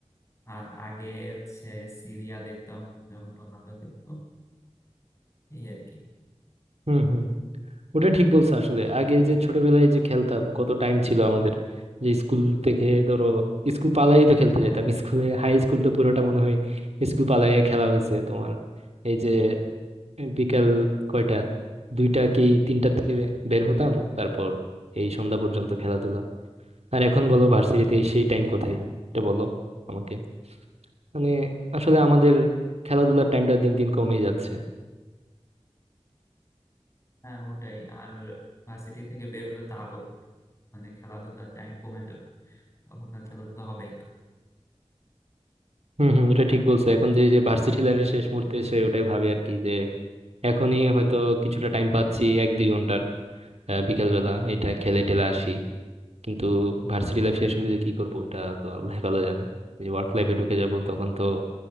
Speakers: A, on the left (about 25°); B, on the right (about 70°).
A: আর আগে হচ্ছে সিরিয়া দেখতাম যখন রোনালদো খেলতো এই আর কি
B: হুম হুম ওটা ঠিক বলছো আসলে আগে যে ছোটবেলায় যে খেলতাম কত টাইম ছিল আমাদের যে স্কুল থেকে ধরো স্কুল পালাই তো খেলতে যেতাম স্কুলে হাই স্কুল তো পুরোটা মনে হয় স্কুল পালাইয়ে খেলা হয়েছে তোমার এই যে বিকাল কয়টা দুইটা কি তিনটার দিকে বের হতাম তারপর এই সন্ধ্যা পর্যন্ত খেলাধুলা আর এখন বলো ভার্সিটিতে সেই টাইম কোথায় এটা বলো আমাকে মানে আসলে আমাদের খেলাধুলার টাইমটা দিন দিন কমে যাচ্ছে
A: হ্যাঁ ওটাই আর ভার্সিটি থেকে বেরোলে তো আরো মানে খেলাধুলার টাইম কমে যাবে তখন আর খেলাধুলা হবেই না
B: হম হম এটা ঠিক বলছো এখন যে যে ভার্সিটি লাইফের শেষ মুহূর্তে এসে ওটাই ভাবি আর কি যে এখনই হয়তো কিছুটা টাইম পাচ্ছি এক দুই ঘন্টার আহ, বিকালবেলা এটা খেলে টেলে আসি কিন্তু ভার্সিটি লাইফ শেষ হলে যে কি করবো এটা তো আল্লাহ <laughs> ভালো জানে যে ওয়ার্ক লাইফে ঢুকে যাব তখন তো